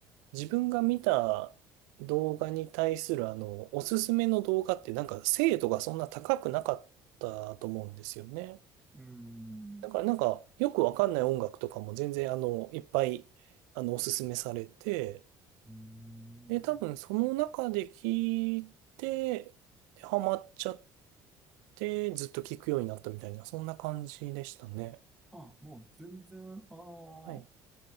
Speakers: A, on the right (about 85°); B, in the centre.
A: 自分が見た動画に対するあの、おすすめの動画ってなんか精度がそんな高くなかったと思うんですよね。
B: ーん。
A: だからなんかよくわかんない音楽とかも全然あの、いっぱいあの、おすすめされて、
B: うーん。
A: で、多分その中で聞いて、で、ハマっちゃってずっと聞くようになったみたいな、そんな感じでしたね。
B: あ、もう全然、あの
A: はい。